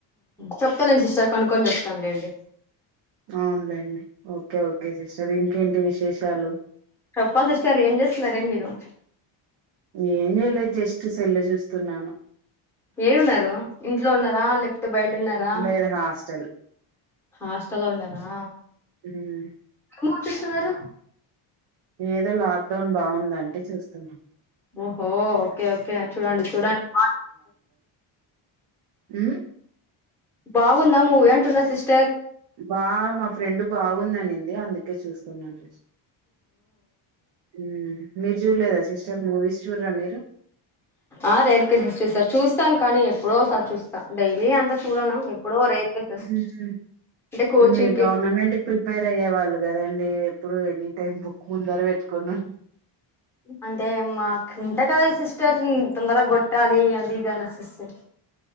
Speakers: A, in the centre; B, on the right (about 65°).
A: చెప్తాలేండి సిస్టర్ కనుక్కొని చెప్తానులేండి
B: అవునులేండి ఓకే ఓకే సిస్టర్ ఇంకేంటి విషయం విశేషాలు
A: చెప్పాలిసిస్టర్ ఏం చేస్తున్నారే మీరు
B: నేను చేలేదు జస్ట్ సెల్ల చూస్తున్నాను
A: ఏడు ఉన్నారు ఇంట్లో ఉన్నారా లేపోతే బయట ఉన్నారా
B: లేదు హాస్టల్
A: హాస్ట లో ఉన్నారా
B: ఉమ్
A: ఏం చేస్తున్నారు
B: ఏదో లాక్ డౌన్ బాగుందంటే చూస్తున్నాం
A: ఓహో ఓకే ఓకే చూడండి చూడండి
B: ఆ
A: బావున్నాదా మూవీ అంటున్న సిస్టర్
B: బా మా ఫ్రెండ్ బాగుందనింది అందుకే చూస్తున్నాను ఉమ్ మీరు చూడలేదా సిస్టర్ మూవీస్ చూడరా మీరు
A: ఆ రేర్కే సస్ సార్ చూస్తాను కానీ ఎప్పుడో సారి చూస్తాం డై అంతా చూడను ఎప్పుడో రేర్ కేసెస్
B: ఉహు
A: అంటే కోచింగ్కి
B: మీరు గవర్నమెంట్ కి ప్రిపేర్ అయ్యే వాళ్ళు కదండి ఎప్పుడు ఎనీ టైమ్ బుక్ ముందర పెట్టుకని
A: అంటే మాకు ఇంతే కదా సిస్టర్ తొందరగా కొట్టాలి అది ఇదనా సిస్టర్